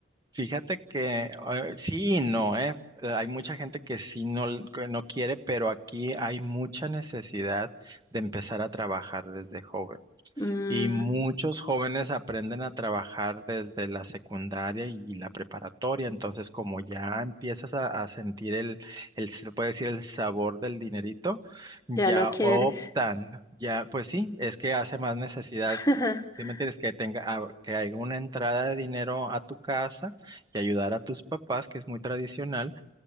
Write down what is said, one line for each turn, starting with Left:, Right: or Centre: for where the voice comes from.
Right: Fíjate que eh, sí y no, ¿eh? Hay mucha gente que sí no, que no quiere, pero aquí hay mucha necesidad de empezar a trabajar desde joven.
Left: Mm,
Right: Y muchos jóvenes aprenden a trabajar desde la secundaria y, y la preparatoria, entonces como ya empiezas a, a sentir el, el, se puede decir, el sabor del dinerito, ya
Left: ya no quieres.
Right: optan, ya, pues sí, es que hace más necesidad,
Left: <laughs>
Right: ¿sí me entiendes? Que tenga, ah, que haya una entrada de dinero a tu casa y ayudar a tus papás, que es muy tradicional,